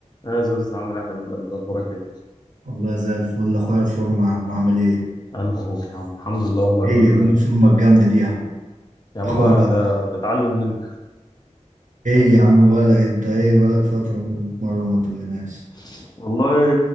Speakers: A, on the left; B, on the right.
A: يا زوز عامل ايه يا حبيب قلبي اخبارك ايه؟
B: والله زي الفل اخويا الفورمة يا عم عامل ايه؟
A: قلب اخوك يا عم الحمد لله والله
B: ايه
A: كله
B: يا
A: زي
B: عم
A: الفل
B: الفورمة الجامدة دي يا عم
A: يا عم
B: اخويا بقى
A: ده بتعلم منك
B: ايه يا عم بقى انت ايه بقالك فترة مرة ما تقولناش
A: <laughs> والله